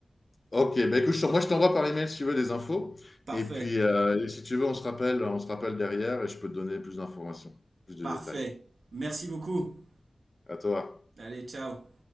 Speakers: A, on the left (about 35°); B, on the right (about 80°).
A: Ok, bah écoute, je t'en- moi je t'envoie par email si tu veux des infos.
B: Parfait,
A: Et puis, euh, et si tu veux, on se rappelle, on se rappelle derrière et je peux te donner plus d'informations, plus de
B: parfait.
A: détails.
B: Merci beaucoup.
A: À toi.
B: Allez, ciao.